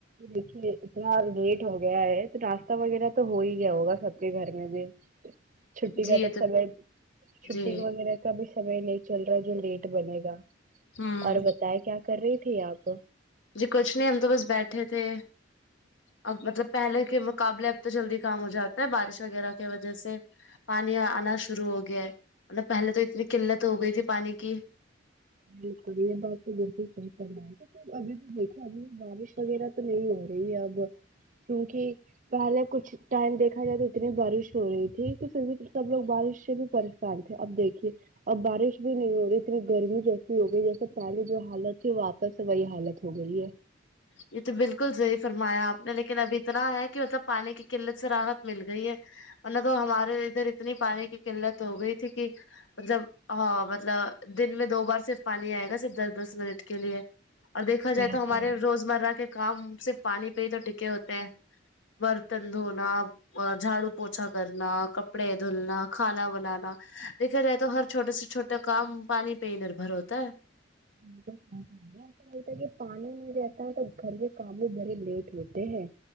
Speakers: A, on the right; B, on the left.
A: دیکھیے اتنا لیٹ ہو گیا ہے تو ناشتہ وغیرہ تو ہو ہی گیا ہوگا سب کے گھر میں بھی چھٹی
B: جی
A: کا
B: یہ
A: تو سب چھٹی
B: جی
A: وغیرہ کا بھی سمے نہیں چل رہا جو لیٹ بنے گا
B: ہوں
A: اور بتائے کیا کر رہی تھی آپ
B: جی کچھ نہیں ہم تو بس بیٹھے تھے اب مطلب پہلے کے مقابلے اب تو جلدی کام ہو جاتا ہے بارش وغیرہ کی وجہ سے پانی آنا شروع ہو گیا ہے مط پہلے تو اتنی قلت ہو گئی تھی پانی کی
A: بالکل یہ بس بالکل صحی کرنا ہے ابھی بھی دیکھ اب بارش وغیرہ تو نہیں ہو رہی ہے اب کیونکہ پہلے کچھ ٹائم دیکھا جائے تو اتنی بارش ہو رہی تھی کہ پھر بھی سب لوگ بارش سے بھی پریشان تھے اب دیکھیے اب بارش بھی نہیں ہو رہی اتنی گرمی ج ہو گئی جیسے پہلیے جو حالت تھی واپس وہی حالت ہو گئی ہے
B: یہ تو بالکل صی فرمایا آپ نے لیکن اب اتنا ہے کہ مطلب پانی کی قلت سے راحت مل گئی ہے ورنہ تو ہمارے ادھر اتنی پانی کی قلت ہو گئی تھی کہ مطلب ہاں مطلب دن میں دو بار صرف پانی آئے گا صرف دس دس منٹ کے لیے اور دیکھا جائے
A: بالکل
B: تو ہمارے روزمرہ کے کام صرف پانی پہ ہی تو ٹکے ہوتے ہیں برتن دھونا اور جھاڑو پوچھا کرنا کپڑے دھلنا کھانا بنانا دیکھا جائے تو ہر چھوٹے سے چھوٹا کام پانی پہ ہی نربھر ہوتا ہے
A: <unintelligible> ایسا لگتا ہے کہ پانی نہیں رہتا ہے تو گھر کے کام بھی بھرے لیٹ ہوتے ہیں